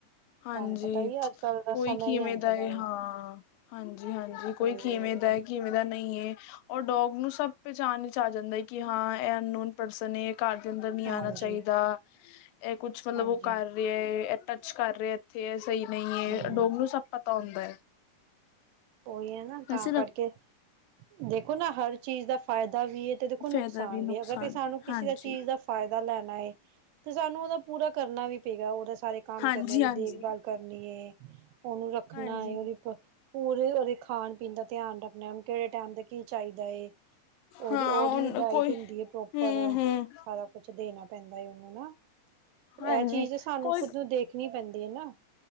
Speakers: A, on the left; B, on the right.
A: ਹਾਂਜੀ।
B: ਤੁਹਾਨੂੰ ਪਤਾ ਹੀ ਅੱਜ ਕੱਲ੍ਹ ਦਾ
A: ਕੋਈ
B: ਸਮਾਂ
A: ਕਿਵੇਂ
B: ਹੀ ਇੰਝ
A: ਦਾ
B: ਏ
A: ਹਾਂ, ਹਾਂਜੀ। ਹਾਂਜੀ।
B: ਤੇ
A: ਕੋਈ ਕਿਵੇਂ ਦਾ, ਕਿਵੇਂ ਦਾ ਨਹੀਂ ਔਰ ਡੋਗ ਨੂੰ, ਸਭ ਪਹਿਚਾਣ ਵਿਚ ਆ ਜਾਂਦਾ ਕਿ, ਹਾਂ, ਇਹ ਅਨਨੋਨ ਪਰਸਨ ਏ। ਘਰ ਦੇ ਅੰਦਰ ਨਹੀ
B: ਹਾਂਜੀ
A: ਆਣਾ ਚਾਹੀਦਾ। ਇਹ ਕੁੱਛ ਮਤਲਬ
B: ਹਾਂਜੀ
A: ਉਹ ਕਰ ਰਿਹਾ, ਅੱਚ ਕਰ ਰਹੇ ਇੱਥੇ ਸਹੀ ਨਹੀਂ ਹੈ,
B: ਹਮ
A: ਡੋਗ ਨੂੰ ਸਭ ਪਤਾ
B: ਹਮ
A: ਹੁੰਦਾ ਹੈ।
B: ਉਹੀ ਹੈ ਨਾ, ਤਾਂ
A: ਵੈਸੇ
B: ਕਰਕੇ ਦੇਖੋ ਨਾ ਹਰ ਚੀਜ਼ ਦਾ ਫਾਇਦਾ ਵੀ ਹੈ, ਤੇ ਦੇਖੋ ਨੁਕਸਾਨ
A: ਫਾਇਦਾ ਨੁਕਸਾਨ
B: ਵੀ ਹੈ, ਅਗਰ ਤੇ
A: ਵੀ,
B: ਸਾਨੂੰ ਕਿਸੇ
A: ਹਾਂਜੀ
B: ਦਾ ਚੀਜ਼ ਦਾ ਫਾਇਦਾ ਲੈਣ ਣਾਏ। ਤੇ, ਸਾਨੂੰ ਉਹਦਾ ਪੂਰਾ ਕਰਨਾ ਵੀ ਪਏਗਾ, ਉਹਦਾ ਸਾਰੇ ਕੰਮ
A: ਹਾਂਜੀ
B: ਕਰਨੇ, ਉਹਦੀ
A: ਹਾਂਜੀ
B: ਦੇਖਭਾਲ ਕਰਨੀ ਏ। ਉਹਨੂੰ ਰੱਖਣੈ,
A: ਹਾਂਜੀ
B: ਉਹਦੀ ਖਾਣ-ਪੀਣ ਦਾ ਧਿਆਨ ਰੱਖਣਾ, ਕਿਹੜੇ ਟਾਈਮ ਦਾ ਕੀ ਚਾਹੀਦਾ ਹੈ, ਉਹਦੀ
A: ਹਾਂ
B: ਉਹਦੀ ਵੀ ਡਾਇਟ
A: ਕੋਈ
B: ਹੁੰਦੀ ਹੈ ਪ੍ਰੋਪਰ,
A: ਹਮ ਹਮ
B: ਸਾਰਾ ਕੁਛ ਦੇਣਾ ਪੈਂਦਾ ਉਹਨੂੰ ਨਾ ਤੇ,
A: ਹਾਂਜੀ
B: ਇਹ ਚੀਜ਼ ਸਾਨੂੰ
A: ਕੋਈ
B: ਖੁੱਦ ਨੂੰ ਦੇਖਣੀ ਪੈਂਦੀ ਹੈ, ਨਾ